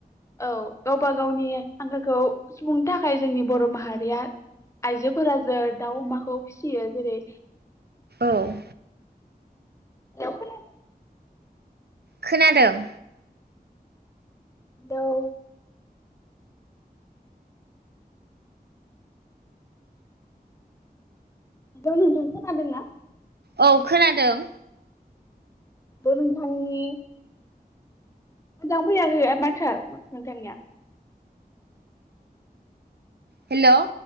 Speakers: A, on the left; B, on the right.
A: औ गावबा गावनि आंखालखौ सुबुंनो थाखाय जोंनि बर' माहारिया आइजोफोरा <unintelligible> दाउ अमाखौ फिसियो जेरै
B: औ।
A: खना
B: खोनादों।
A: हेलौ। हेलौ नोंथां खोनादोंना?
B: औ खोनादों
A: बे नोंथांनि। मोजां फैयाखैया माथोआ नोंथांनिया
B: हेल'